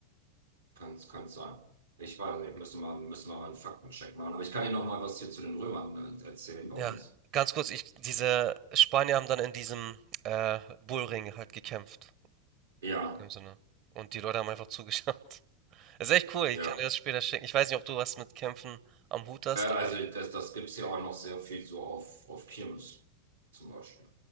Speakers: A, on the right; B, on the right.
A: Kann, kann sein. Ich weiß nicht. Müssen wir, müssen wir mal einen Faktencheck machen. Aber ich kann dir noch mal was hier zu den Römern äh, erzählen bei
B: Ja,
A: uns.
B: ganz kurz, ich, diese Spanier haben dann in diesem äh, Bullring halt gekämpft,
A: Ja.
B: im Sinne. Und die Leute haben einfach zugeschaut. <laughs> Das ist echt cool,
A: Ja.
B: ich kann dir das später schicken. Ich weiß nicht, ob du was mit Kämpfen am Hut hast,
A: Äh, also
B: aber.
A: das, das gibt es ja auch noch sehr viel so auf, auf Kirmes zum Beispiel.